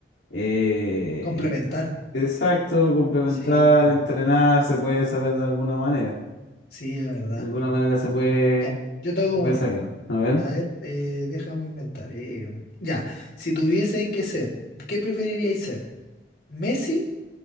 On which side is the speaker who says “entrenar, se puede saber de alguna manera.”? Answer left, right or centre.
Left